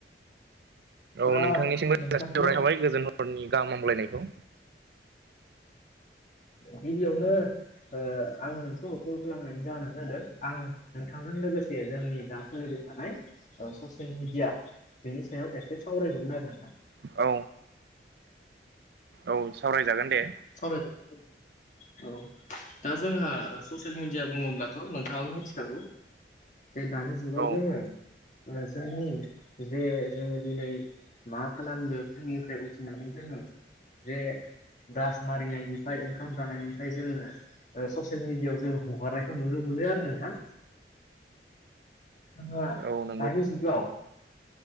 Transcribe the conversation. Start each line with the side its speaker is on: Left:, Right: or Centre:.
Right: औ
Left: दा
Right: नोंथांनिसिमबो
Left: नोंथांखौ
Right: जासि हरनाय थाबाय गोजोन हरनि गाहामलायनायखौ।
Left: गिबियावनो ओ आं नोंखौ कल खालामनायनि जाहोना जादों। आं नोंथांजों लोगोसे जोंनि दा सोलिबाय थानाय ससियेल ओ मिडिया। बेनि सायाव एसे सावरायगौमोन आरो नोंथां।
Right: औ औ सावरायजागोन दे।
Left: सावरायदो। औ दा जोंहा ससियेल मिडिया बुङोब्लाथ' नोंथाङाबो मिथिखागौ। जे दानि जुगाव
Right: औ
Left: जोङो जोंनि जे जोङो दिनै। मा खालामदो फुंनिफ्राय उथिनानै जोङो जे। दास मारिनायनिफ्राय ओंखाम जानायनिफ्राय जोङो। ओ ससियेल मिडिआव जों हगारनायखौ नुनो मोनो आरो नोंथां। जोंङा
Right: औ नंगौ
Left: दानि जुगाव।